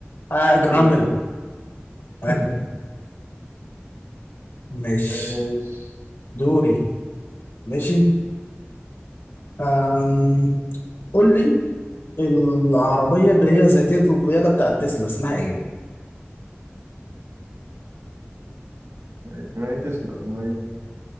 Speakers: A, on the left (about 60°); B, on the right (about 80°).
A: اه جرام
B: بيل.
A: بيل عادي.
B: <laughs>
A: ماشي
B: ماشي
A: دوري ماشي آم. قول لي العربية اللي هي ذاتية القيادة بتاعت تسلا اسمها ايه
B: ماشي، ما هي تسلا ما هي